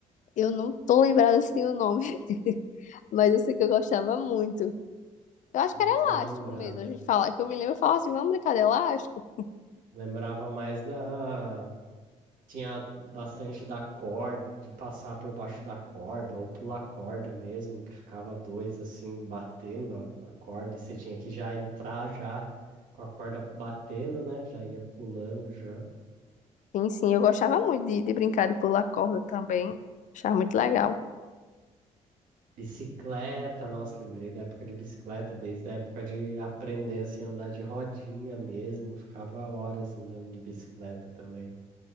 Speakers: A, on the left (about 65°); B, on the right (about 85°).
A: Eu não tô lembrada se tem o nome, <laughs> mas eu sei que eu gostava muito. Eu acho
B: Não
A: que era
B: tô
A: elástico
B: lembrado.
A: mesmo. A gente falava que eu me lembro, eu falava assim, vamos brincar de elástico?
B: Lembrava mais da. Tinha bastante da corda, de passar por baixo da corda, ou pular corda mesmo, que ficava dois assim, batendo a a corda, e você tinha que já entrar já com a corda batendo, né? Já ia pulando já.
A: Sim, sim, eu gostava muito de, de brincar de pular corda também. Achava muito legal.
B: Bicicleta, nossa, lembrei da época de bicicleta, desde a época de aprender assim, a andar de rodinha mesmo, ficava horas andando de bicicleta também.